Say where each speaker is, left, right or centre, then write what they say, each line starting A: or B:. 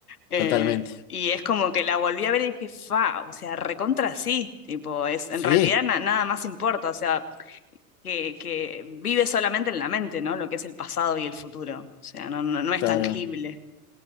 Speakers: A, on the left; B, on the left.
A: Eh,
B: Totalmente.
A: y es como que la volví a ver y dije, fa, o sea, recontra sí, tipo, es, en
B: Sí,
A: realidad na- nada más importa, o sea, que, que vive solamente en la mente, ¿no? Lo que es el pasado y el futuro, o sea, no, no, no es
B: claro,
A: tangible.